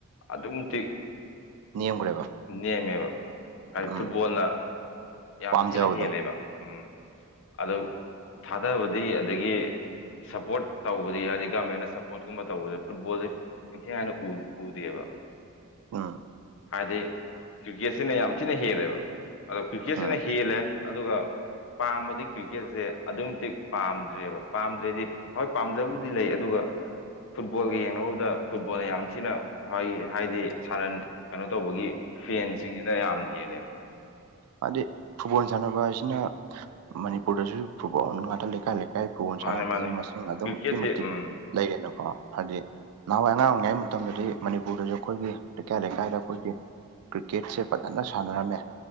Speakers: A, on the left (about 60°); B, on the right (about 80°).
A: ꯑꯗꯨꯛꯀꯤ ꯃꯇꯤꯛ
B: ꯅꯦꯝꯈ꯭ꯔꯦꯕ
A: ꯅꯦꯝꯃꯦꯕ ꯍꯥꯏꯗꯤ
B: ꯎꯝ
A: ꯐꯨꯠꯕꯣꯜꯅ ꯌꯥꯝ
B: ꯄꯥꯝꯖꯕꯗꯣ
A: ꯊꯤꯅ ꯍꯦꯜꯂꯦꯕ ꯎꯝ ꯑꯗꯣ ꯊꯥꯗꯕꯗꯤ ꯑꯗꯒꯤ ꯁꯞꯄꯣꯔꯠ ꯇꯧꯕꯗꯤ ꯍꯥꯏꯗꯤ ꯒꯃꯦꯟꯅ ꯁꯞꯄꯣꯔꯠꯀꯨꯝꯕ ꯇꯧꯕꯗꯤ ꯐꯨꯠꯕꯣꯜꯗꯤ ꯏꯟꯊꯤꯅꯤꯉꯥꯏꯅ ꯎ ꯎꯗꯦꯕ
B: ꯑꯝ
A: ꯍꯥꯏꯗꯤ ꯀ꯭ꯔꯤꯛꯀꯦꯠꯁꯤꯅ ꯌꯥꯝ ꯊꯤꯅ ꯍꯦꯜꯂꯦꯕ ꯑꯗꯣ ꯀ꯭ꯔꯤꯛꯀꯦꯠꯁꯤꯅ
B: ꯎꯝ
A: ꯍꯦꯜꯂꯦ ꯑꯗꯨꯒ ꯄꯥꯝꯕꯗꯤ ꯀ꯭ꯔꯤꯀꯦꯠꯁꯦ ꯑꯗꯨꯛꯀꯤ ꯃꯇꯤꯛ ꯄꯥꯝꯗ꯭ꯔꯦꯕ ꯄꯥꯝꯗ꯭ꯔꯦꯗꯤ ꯍꯣꯏ ꯄꯥꯝꯖꯕꯨꯗꯤ ꯂꯩ ꯑꯗꯨꯒ ꯐꯨꯠꯕꯣꯜꯒ ꯌꯦꯡꯅꯔꯨꯕꯗ ꯐꯨꯠꯕꯣꯜꯅ ꯌꯥꯝ ꯊꯤꯅ ꯍꯥꯏ ꯍꯥꯏꯗꯤ ꯁꯥꯟꯅ ꯀꯩꯅꯣ ꯇꯧꯕꯒꯤ ꯐꯦꯟꯁꯤꯡꯖꯤꯅ ꯌꯥꯝꯅ ꯍꯦꯜꯂꯦꯕ
B: ꯍꯥꯏꯗꯤ ꯐꯨꯠꯕꯣꯜ ꯁꯥꯟꯅꯕ ꯍꯥꯏꯁꯤꯅ ꯃꯅꯤꯄꯨꯔꯗꯁꯨ ꯐꯨꯠꯕꯣꯜ ꯉꯥꯛꯇ ꯂꯩꯀꯥꯏ ꯂꯩ ꯀꯥꯏ ꯐꯨꯠꯕꯣꯜ
A: ꯃꯥꯅꯦ
B: ꯁꯥꯟꯅꯕꯁꯤꯅ
A: ꯃꯥꯅꯦ
B: ꯃꯁꯤꯡ ꯑꯗꯨꯛꯀꯤ
A: ꯀ꯭ꯔꯤꯛꯀꯦꯠꯁꯦ
B: ꯃꯇꯤꯛ
A: ꯎꯝ
B: ꯂꯩꯔꯦꯅꯀꯣ ꯍꯥꯏꯗꯤ ꯅꯍꯥꯟꯋꯥꯏ ꯑꯉꯥꯡ ꯑꯣꯏꯔꯤꯉꯩ ꯃꯇꯝꯗꯗꯤ ꯃꯅꯤꯄꯨꯔꯗꯖꯨ ꯑꯩꯈꯣꯏꯒꯤ ꯂꯩꯀꯥꯏ ꯂꯩꯀꯥꯏꯗ ꯑꯩꯈꯣꯏꯒꯤ ꯀ꯭ꯔꯤꯛꯀꯦꯠꯁꯦ ꯐꯖꯅ ꯁꯥꯟꯅꯔꯝꯃꯦ